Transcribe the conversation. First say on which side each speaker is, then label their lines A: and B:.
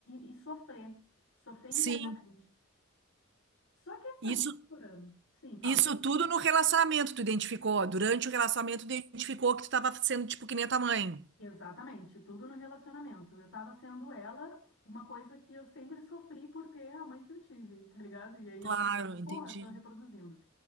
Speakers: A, on the left; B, on the right.
A: e, e sofrer, sofrer
B: sim.
A: internamente. Só que essa
B: Isso,
A: neura, sim, fala.
B: isso tudo no relacionamento tu identificou. Durante o relacionamento tu identificou que tu tava sendo tipo que nem a tua mãe.
A: Exatamente, tudo no relacionamento. Eu tava sendo ela, uma coisa que eu sempre sofri por ter a mãe que eu tive, tá ligado? E aí
B: Claro,
A: eu falei,
B: entendi.
A: porra, tô reproduzindo.